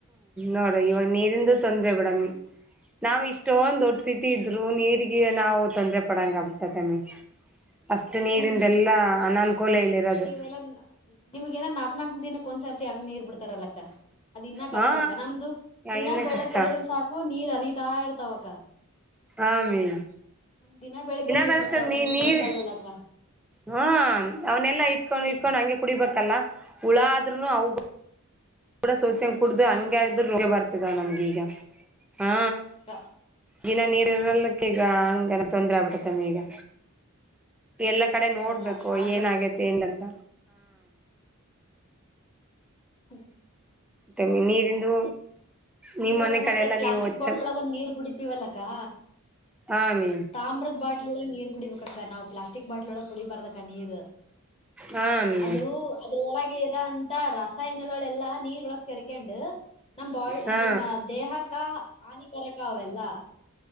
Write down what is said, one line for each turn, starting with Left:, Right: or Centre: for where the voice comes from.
Centre: ನೋಡ ಇವಾಗ ನೀರಿಂದು ತೊಂದ್ರೆ ಬಿಡಮೀ. ನಾವ್ ಇಷ್ಟೊಂದ ದೊಡ್ಡ ಸಿಟಿ ಇದ್ರು ನೀರಿಗೆ ನಾವು ತೊಂದ್ರೆ ಪಡಾಂಗ ಆಬಿಬಿಟ್ಟಯ್ತಾಮಿ. ಅಷ್ಟು
Left: ಹೌದಕ್ಕ
Centre: ನೀರಿಂದೆಲ್ಲಾ ಅನನುಕೂಲ ಇಲಿರೋದು.
Left: ಎಲ್ಲಾ. ನಿಮ್ಗ ನಾಕ್ ನಾಕ್ ದಿನಕ್ಕ ಒಂದ್ಸರ್ತಿ ನೀರ್ ಬಿಡ್ತಾರಲ್ಲಕ್ಕಾ. ಅದ್ ಇನ್ನ
Centre: ಹಾ
Left: ಕಷ್ಟ ಅಕ್ಕ ನಮ್ದು ದಿನ
Centre: ಇನ್ನ
Left: ಬೆಳಕ್
Centre: ಕಷ್ಟ
Left: ಎರದ್ರ ಸಾಕು ನೀರ್ ಅರಿತಾ ಇರ್ತಾವಕ್ಕ.
Centre: ಆಮಿ
Left: ನಮ ದಿನ ಬೆಳಿಗ್ಗೆ ನೀರ್
Centre: ಬೆಳಕಲ್
Left: ಬರ್ತಾವಕ್ಕ
Centre: ನೀ
Left: ನಿಮ್ದ
Centre: ನೀರ್
Left: ಹಂಗ ಅಲ್ಲಲ್ಲಕ್ಕ.
Centre: ಹಾ ಅವನೆಲ್ಲಾ ಇಟ್ಕೊಂಡ್ ಇಟ್ಕೊಂಡ್ ಹಂಗೆ ಕುಡಿಬೇಕಲ್ಲ ಹುಳಾದ್ರರುೂ ಅವ. ಕೂಡ ಸೋಸ್ಯಂಗ ಕುಡ್ದು
Left: ಕಷ್ಟ
Centre: ಹಂಗ್ರರು ರೋಗ ಬರ್ತಿದಾವ ನಮ್ಗ ಈಗ. ಹಾ
Left: ಅಕ್ಕ
Centre: ದಿನ ನೀರ್ ಇರಲ್ಲಕಿಗೆ ಹಂಗರ. ತೊಂದ್ರೆ ಆಬಿಡತ್ತೆಮ್ಮಿ ಈಗ ಎಲ್ಲ ಕಡೆ
Left: ಹೌದಕ್ಕ
Centre: ನೋಡ್ಬೇಕು
Left: ಆಗ್ತದಕ್ಕ
Centre: ಏನಗೆ. ತಿ ಇಲ್ಲ ಅಂತ.
Left: ಹು
Centre: ತೇಂಬಗಿ ನೀರಿಂದು. ನಿಮ್
Left: ಇವಾಗ
Centre: ಮನೆ
Left: ಮತ್ತೆ
Centre: ಕಡೆ ಎಲ್ಲಾ
Left: ಪ್ಲಾಸ್ಟಿಕ್
Centre: ನೀವು ಒಚ್ಚ
Left: ಬಾಟ್ಲ್ ಒಳಗ ಒಂದ ನೀರ್ ಕುಡಿತೀವಲ್ಲಕ್ಕಾ.
Centre: ಹಾ ಅವಿ
Left: ತಾಮ್ರದ ಬಾಟ್ಲ ನೀರ್ ಕುಡಿಬೇಕ ಅಕ್ಕಾ ನಾವ ಪ್ಲಾಸ್ಟಿ. ಸ್ಟಿಕ್ ಬಾಟ್ಲ ಒಳ ಕುಡಿಬಾರದಕ್ಕಾ ನೀರ
Centre: ಹಾ ಮಿ
Left: ಅದು. ಅದ್ರೊಳಗೆ ಇರೋಅಂತಾ ರಾಸಾಯನಗಳೆಲ್ಲಾ ನೀರೊಳಗ ಸೇರ್ಕೊಂಡ ನಮ್ಮ ಬಾಳ್.
Centre: ಹಾ
Left: ನಮ್ಮ ದೇಹಕ್ಕ ಹಾನಿಕರಕ ಅವೆಲ್ಲಾ.